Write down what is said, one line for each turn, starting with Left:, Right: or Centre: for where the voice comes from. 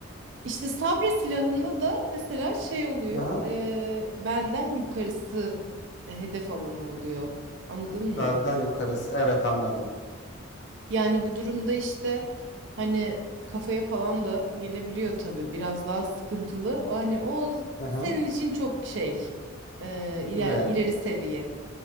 Right: İşte sabre silahında da mesela şey oluyor,
Left: Hı hı.
Right: e, belden yukarısı e, hedef alanı oluyor. Anladın mı?
Left: Belden yukarısı. Evet anladım.
Right: Yani bu durumda işte hani kafaya falan da gelebiliyor tabii. Biraz daha sıkıntılı. O Hani o
Left: Hı hı.
Right: senin için çok şey, e, iler,
Left: Ne?
Right: ileri seviye.